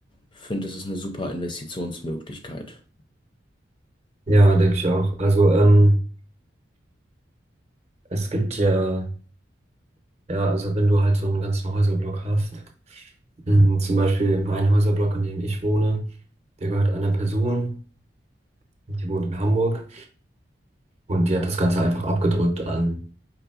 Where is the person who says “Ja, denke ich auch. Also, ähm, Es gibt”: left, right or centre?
Right